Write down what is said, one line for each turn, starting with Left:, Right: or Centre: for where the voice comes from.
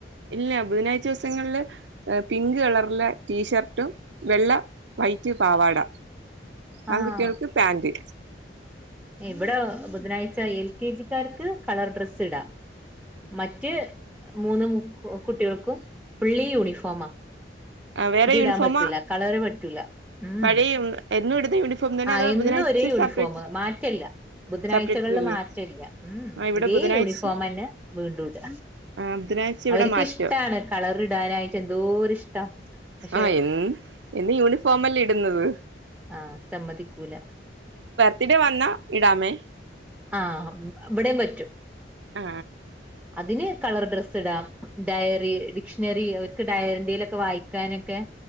Right: ഇല്ല ബുധനാഴ്ച ദിവസങ്ങളില് പിങ്ക് കളറിലെ ടീഷർട്ടും വെള്ള വൈറ്റ് പാവാട! ആൺകുട്ടികൾക്ക്
Centre: ആഹ്
Right: പാന്റ്
Centre: ഇവിടെ ബുധനാഴ്ച എൽ കെ ജിക്കാർക്ക് കളർ ഡ്രസ്സ് ഇടാം മറ്റ് മൂന്ന് <unintelligible> കുട്ടികൾക്കും ഫുള്ളി യൂണിഫോമാ
Right: വേറെ
Centre: ഇത്
Right: യൂണിഫോമാ
Centre: ഇടാൻ പറ്റൂല്ല കളർ <inaudible> <inaudible> റ്റൂല ഉം
Right: പഴയ എന്നും ഇടുന്ന യൂണിഫോം തന്നെ
Centre: അ
Right: അതോ
Centre: എന്നും
Right: ബുധനാഴ്ച
Centre: ഒരേ യൂണിഫോം
Right: സെപ്പറേറ്റ്
Centre: മാറ്റല്ല ബുധനാഴ്ചകളില്
Right: സെപ്പറേറ്റ്ല്ലേ
Centre: മാറ്റല്ല ഉം
Right: ആ ഇവിടെ
Centre: ഇതേ
Right: ബുധനാഴ്ച
Centre: യൂണിഫോം തന്നെ വീണ്ടുംഇട.
Right: ആ ബുധനാഴ്ച ഇവിടെ
Centre: അവർക്ക്ഇഷ്ടാണ്
Right: മാറ്റം
Centre: കളർ ഇടാനായിട്ട് എന്തോര് ഇഷ്ടാ പക്ഷെ
Right: ആ എ എന്ന് യൂണിഫോം അല്ലേ ഇടുന്നത്
Centre: ആ സമ്മതിക്കൂല
Right: <unintelligible> വന്നാ ഇടാമേ
Centre: ആ ഇവിടെയും പറ്റും
Right: ആ
Centre: അതിന് കളർ ഡ്രെസ്സ് ഇടാം ഡയറി ഡിക്ഷണറി അവർക്ക് ഡയറി. <inaudible> ലൊക്കെ വായിക്കാനൊക്കെ